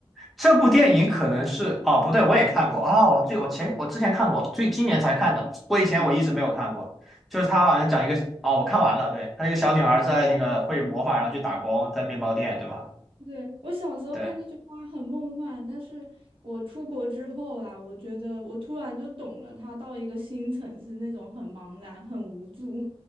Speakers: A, in the centre; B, on the right.
A: 这部电影可能是，哦，不对，我也看过啊，我最我前我之前看过，最今年才看的，我以前我一直没有看过。
B: 哦
A: 就是他好像讲一个，哦，我看完了，对，他一个小女孩在那个会魔法，然后去打工，在面包店，对吧？
B: 对，我小时候看这句话很梦幻，
A: 对。
B: 但是我出国之后啦，我觉得我突然就懂了，他到一个新城市那种很茫然、很无助，